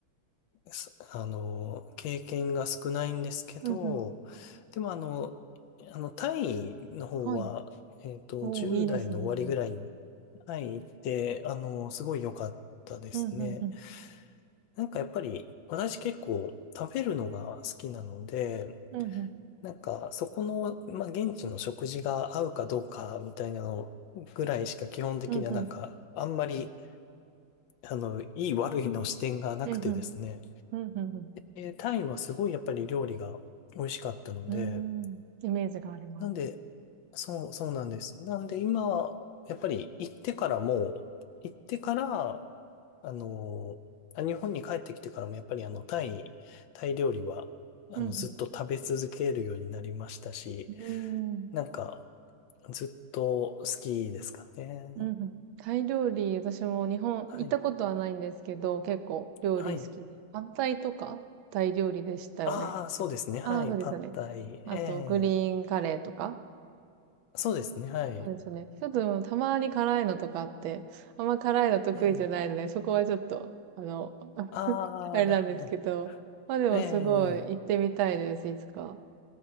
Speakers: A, on the left; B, on the right.
A: すあの、経験が少ないんですけど、
B: うんうん。
A: でもあの、あの、タイの方は、
B: はい。
A: えっと、
B: おー、
A: 10代の終わりぐらいに
B: いいですね。
A: タイ行って、あの、すごい良かったですね。
B: うんうんうん。
A: なんかやっぱり、私結構食べるのが好きなので、
B: うんうん。
A: なんかそこの、まあ、現地の食事が合うかどうかみたいなのぐらいしか基本的にはなんか、
B: うんうん。
A: あんまり、あの、いい悪いの視点がなくてですね。
B: うんうん。うんうん
A: えータイはすごいやっぱり料理が美味しかったので、
B: うん。うーん。イメージがあります。
A: なんで、そう、そうなんです。なんで今、やっぱり行ってからも、行ってから、あのあ日本に帰ってきてからもやっぱりあの、タイ、タイ料理は、あの、
B: うん
A: ずっと食べ続けるようになりましたし、
B: うん。うーん。
A: なんか、ずっと好きですかね。
B: うんうん。タイ料理、私も日本行ったことはないんですけど、
A: はい。
B: 結構料理好きで。
A: はい。
B: 反対とかタイ料理でしたよね。
A: ああ、そうですね。はい。
B: ああ、そうですよね。
A: パッタイ。
B: あと、
A: ええ
B: グリーンカレーとか。
A: そうですね。はい。
B: そうですね。ちょっと、たまに辛いのとかあって、あんま辛いの得意じゃないので、
A: ええ
B: そこはちょっと、あの、<laughs>
A: ああ、
B: あれなんですけど。
A: なるほど。
B: まあでも、
A: ええ、
B: すごい、行ってみたいです、いつか。